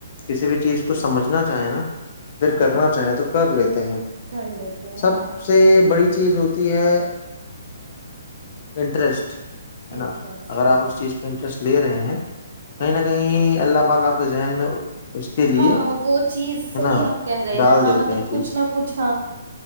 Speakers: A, on the left; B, on the right.
A: کسی بھی چیز کو سمجھنا چاہیں نا پھر
B: ہاں
A: کرنا
B: ہاں
A: چاہیں تو کر لیتے
B: کر لیتے ہیں
A: سب
B: ہاں
A: سے بڑی چیز ہوتی ہے انٹرسٹ ہے نا
B: انٹرسٹ
A: اگر آپ
B: ہاں ہاں
A: اس چیز پہ انٹرسٹ لے رہے ہیں کہیں نہ
B: ہاں
A: کہیں اللہ پاکاک آپ ذہن میں اس کے لیے
B: ہاں وہ چیز
A: ہے
B: صحیح
A: نا
B: آپ کہہ رہے
A: ڈال
B: ہیں ہاں
A: دیتے
B: مطلب
A: چیزیں
B: کچھ نہ کچھ ہاں